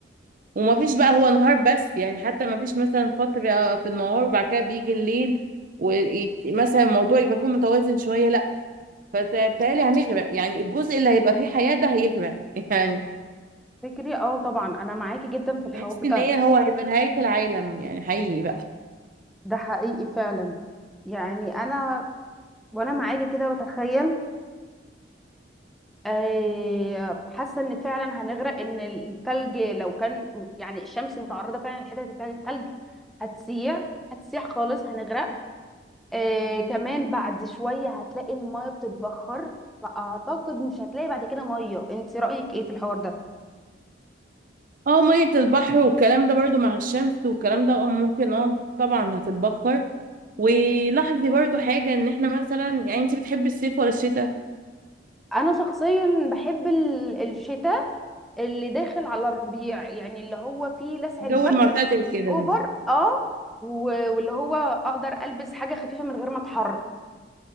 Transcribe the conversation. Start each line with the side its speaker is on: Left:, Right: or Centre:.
Right: وما فيش بقى هو نهار بس يعني حتى ما فيش مثلا فترة في النهار وبعد كده بيجي الليل ومثلا الموضوع يبقى فيه متوازن شوية لا فبالتالي هنغرق يعني الجزء اللي هيبقى فيه حياة ده هيغرق <laughs> يعني
Centre: فكري اه طبعا انا معاكي جدا في الحوار
Right: تحس
Centre: ده
Right: ان هي هو هيبقى نهاية العالم يعني حقيقي بقى
Centre: ده حقيقي فعلا يعني انا وانا معاكي كده بتخيل آه، حاسه ان فعلا هنغرق ان التلج لو كان يعني الشمس متعرضه فعلا لحته اللي فيها تلج هتسيح هتسيح خالص هنغرق آه، كمان بعد شويه هتلاقي الميه بتتبخر فاعتقد مش هتلاقي بعد كده ميه انت رايك ايه في الحوار ده
Right: اه مية البحر والكلام ده برضو مع الشمس والكلام ده اه ممكن اه طبعا هتتبخر ولاحظي برضو حاجة ان احنا مثلا يعني انت بتحبي الصيف ولا الشتاء
Centre: انا شخصيا بحب ال- الشتاء اللي داخل على الربيع يعني اللي هو فيه لسعة
Right: الجو
Centre: برد
Right: المعتدل
Centre: بس
Right: كده
Centre: اوفر
Right: ده
Centre: اه و- واللي هو اقدر البس حاجة خفيفة من غير ما اتحر